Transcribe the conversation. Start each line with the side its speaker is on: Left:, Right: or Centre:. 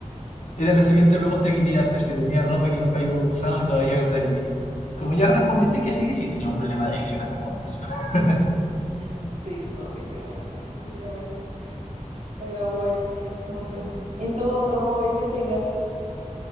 Left: era la siguiente pregunta que te iba a hacer, si tenías ropa que nunca había usado y todavía con la etiqueta. Como ya respondiste que sí, sí tienes un problema de adicción a las compras. <laughs>
Right: Sí, posiblemente, posiblemente. pero bueno, es que no sé. ¿Y tú otro hobby que tengas?